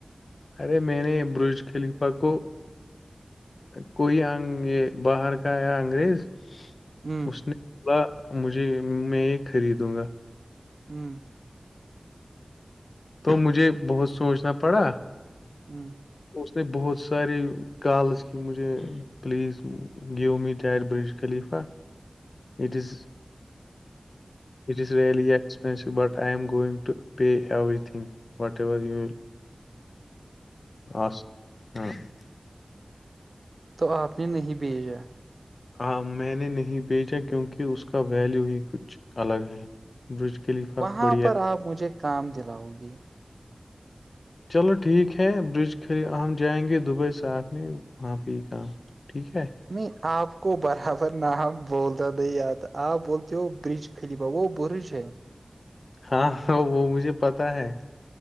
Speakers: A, on the left (about 80°); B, on the right (about 65°).
A: ارے میں نے برج خلیفہ کو کوئی یہ باہر کا یا انگریز
B: میں
A: اس نے بولا مجھے میں یہ خریدوں گا
B: ہوں <unintelligible>
A: تو مجھے بہت سوچنا پڑا
B: ہوں <unintelligible>
A: اس نے بہت ساری کالس کی مجھے پلیز <unintelligible> گیمی طار Burj Khalifa it is it is really expensive but I am going to pay everything whatever you will آ ہاں <unintelligible>
B: تو آپ نے نہیں بھیجا
A: ہاں میں نے نہیں بھیجا کیونکہ اس کا ویلیو ہی کچھ الگ ہے برج کے لیفا
B: وہاں
A: بڑھیا
B: پر آپ مجھے کام دلاؤ گے
A: چلو ٹھیک ہے برج کھے ہم جائیں گے دبئی ساتھ میں وہاں پہ ہی کام ٹھیک ہے
B: نہیں آپ کو برابر نہ بولتا تھا یاد آپ بولتے ہو برج خری با وہ بھی سے ہے
A: ہاں ہاں وہ مجھے پتا ہے